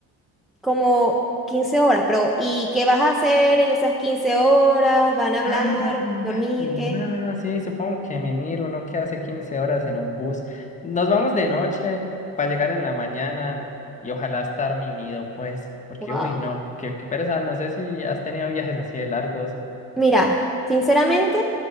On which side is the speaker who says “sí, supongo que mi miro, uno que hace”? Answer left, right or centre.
Left